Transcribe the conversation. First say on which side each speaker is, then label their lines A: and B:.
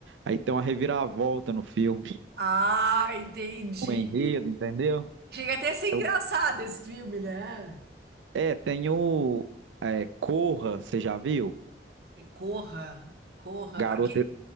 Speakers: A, on the right (about 85°); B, on the right (about 55°).
A: Aí tem uma reviravolta no filme.
B: Ah, entendi.
A: O enredo, entendeu?
B: Chega até a ser engraçado
A: Eu-
B: esse filme, né?
A: É, tem o é, Corra, você já viu?
B: Corra, corra.
A: Garota,
B: Aquele...